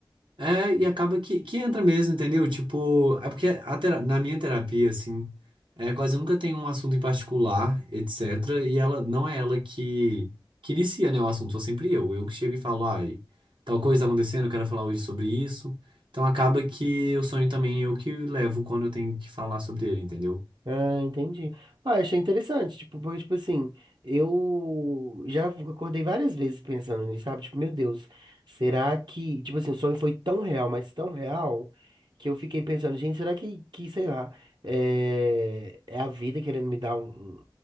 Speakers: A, on the right; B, on the right.
A: É, e acaba que, que entra mesmo, entendeu? Tipo, é porque a tera- na minha terapia, assim, é, quase nunca tem um assunto em particular, etc. E ela não é ela que, que inicia, né, o assunto, sou sempre eu. Eu que chego e falo, ai, tal coisa tá acontecendo, eu quero falar hoje sobre isso. Então acaba que o sonho também é eu que levo quando eu tenho que falar sobre ele, entendeu?
B: Ah, entendi. Ah, achei interessante, tipo, porque, tipo assim, eu já acordei várias vezes pensando nisso, sabe? Tipo, meu Deus, será que, tipo assim, o sonho foi tão real, mas tão real, que eu fiquei pensando, gente, será que, que sei lá, é, é a vida querendo me dar um,